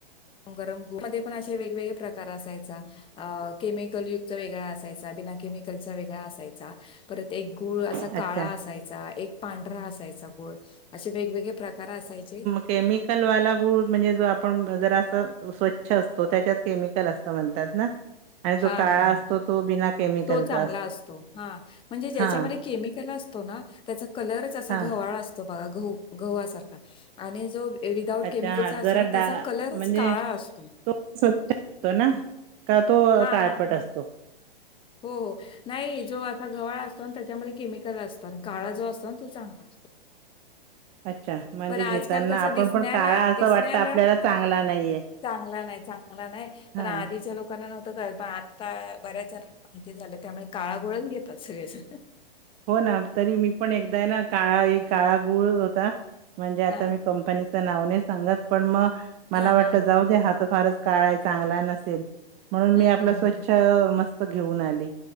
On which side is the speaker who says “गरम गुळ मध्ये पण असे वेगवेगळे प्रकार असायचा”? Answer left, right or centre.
Left